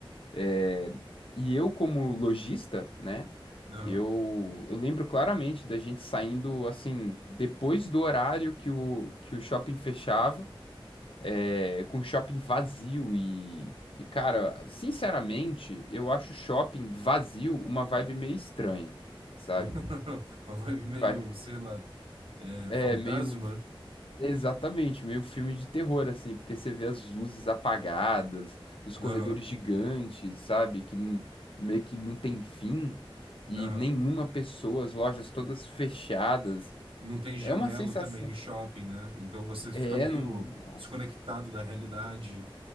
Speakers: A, on the left (about 70°); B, on the right (about 80°).
A: É, e eu, como lojista, né?
B: aham.
A: Eu, eu lembro claramente da gente saindo assim, depois do horário que o, que o shopping fechava é, com shopping vazio e, e, cara, sinceramente, eu acho shopping vazio uma vibe meio estranha, sabe?
B: <laughs> Uma vibe meio,
A: Pare-
B: sei lá, é,
A: É
B: fantasma.
A: meio, exatamente, meio filme de terror, assim, porque você vê as luzes apagadas, os corredores
B: Aham,
A: gigantes, sabe? Que não- meio que não tem fim, e
B: aham.
A: nenhuma pessoa, as lojas todas fechadas.
B: não tem janela
A: É uma sensação.
B: também em shopping, né? Então você fica
A: É,
B: meio
A: não, nossa.
B: desconectado da realidade.